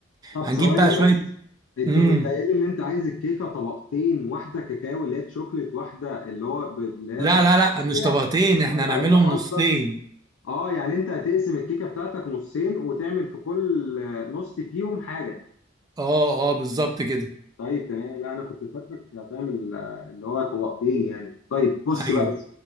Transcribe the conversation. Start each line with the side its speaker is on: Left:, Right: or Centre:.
Left: طب
Right: هنجيب
Left: ثواني
Right: بقى شويه
Left: بس انت
Right: امم
Left: كنت قايل ان انت عايز الكيكه طبقتين واحده كاكاو اللي هي شوكليت واحده اللي هو ب- اللي هي
Right: لا لا لا
Left: فانيليا،
Right: مش طبقتين احنا
Left: ولا
Right: هنعملهم
Left: انت
Right: نصين
Left: قصدك اه يعني انت هتقسم الكيكه بتاعتك نصين وتعمل في كل نص فيهم حاجه
Right: اه اه بالظبط كده
Left: طيب تمام لا انا كنت فاكرك هتعمل آه، اللي هو طبقتين يعني طيب بص
Right: ايوه
Left: بقى